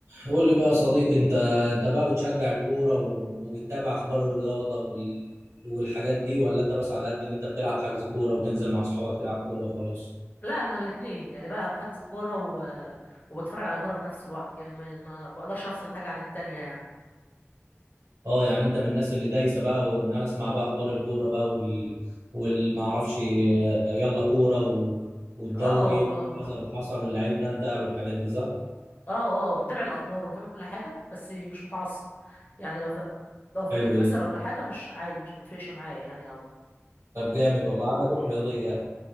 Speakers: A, on the right; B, on the left.
A: قول لي بقى يا صديقي انت انت بقى بتشجع الكوره و- وبتتابع اخبار الرياضه وال... والحاجات دي ولا انت بس على قد ان انت بتلعب حجز كوره وتنزل مع اصحابك تلعب كوره وخلاص
B: لا انا الاثنين يعني بلعب حجز كوره و... وبتفرج على كوره في نفس الوقت يعني ما, ما بقدرش افصل حاجه عن التانية يعني
A: اه يعني انت من الناس اللي دايسه بقى وان انا اسمع بقى اخبار الكوره بقى وال والمعرفش يلا كوره و... والدوري
B: اه اه
A: وكذا وحصل واللعيب ده انتقل والحاجات دي صح
B: اه اه متابع الاخبار ومتابع كل حاجه بس مش متعصب يعني لو ف... لو فريق
A: حلو
B: خسر
A: ده
B: ولا حاجه مش عادي مش بيفرقش معايا يعني او
A: طب جامد
B: مش
A: والله عندك روح رياضيه يعني.